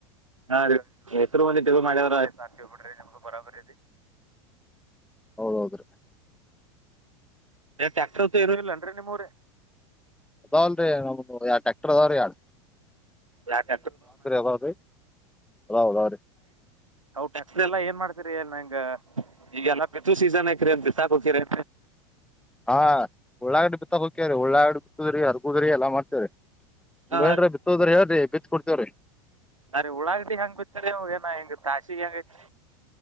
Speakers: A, on the right; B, in the centre.
A: ಹಾ ರೀ ಎತ್ರು ಮಂದಿ ಟಗ ಮಾಡ್ಯವ್ರ ಆಯ್ ಬಿಡ್ರಿ ನಮ್ದು ಬರಾಬರಿ
B: ಹೌದೌದ್ರೀ
A: ಟ್ಯಾಕ್ಟರ್ ಇರ ಇಲ್ಲನ್ರರಿ ನಿಮ್ಮೂರ
B: ಅದಾವಲ್ ರೀ ನಮ್ದ ಯಾವ ಟ್ರ್ಯಾಕ್ಟರ್ ಅದಾವ್ರೀ ಯಾಳ
A: ಯಾರ್ಡ್
B: ಅದಾವ್ರಿ ಅದಾವ್ ಅದಾವ್ರಿ
A: ಟೇಕಟ್ರು ಎಲ್ಲ ಏನ್ ಮಾಡ್ ಹರಿ ನಂಗ ಈಗ ಎಲ್ಲ ಬಿತು ಸೀಸನ್ ಆಕ್ರರಿ ಅ ಬಿಸಾಕ್ ಹೋಗಕ್ಕಿರಿ
B: ಹಾ ಒಳ್ಳಳಾಗಡ್ಡೆ ಬಿತ್ತಾಗ ಹೋಗಕ್ಯಾರಿ ಉಳ್ಳಾಾಗಡ್ ಬಿಟ್ಟುದ್ರಿ ಅರ್ಗುದ್ರಿ ಎಲ್ಲಾ ಮಾಡ ನೀ
A: ಹಾ
B: ನ್ಏನ್ರ ಬಿತ್ತೋದ್ರ ಹೇಳ್ರಿ ಬಿತ್ ಕೊಡ್ತೇವ್ರಿ
A: ನ ರೀ ಉಳಾಗಡಿ ಹೆಂಗ್ ಬಿತ್ತರಿ ಏನ ಹೆಂಗ ತಾಸಿ ಹೆಂಗೈತ್